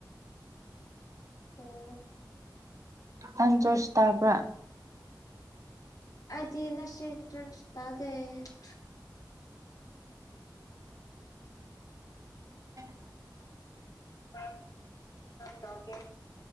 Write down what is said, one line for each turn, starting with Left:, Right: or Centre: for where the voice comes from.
Left: ꯑꯣ
Right: ꯊ ꯆꯁ ꯇ
Left: ꯑꯗꯤ ꯅꯁꯤ ꯆ ꯇꯗꯦꯗꯤ
Right: ꯑꯣ
Left: ꯃ ꯇꯒꯦ